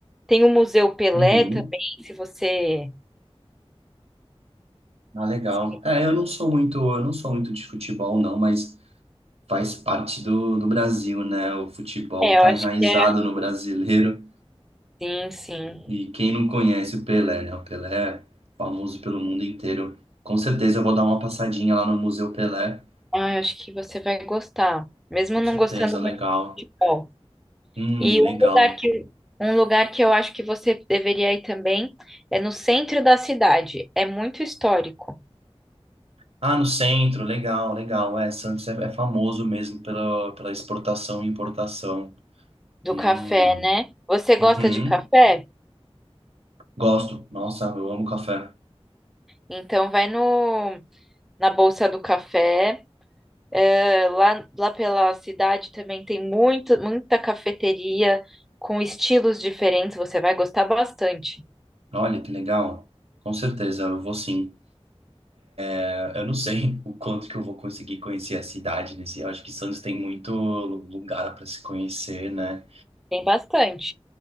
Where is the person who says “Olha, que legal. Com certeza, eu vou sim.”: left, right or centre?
Right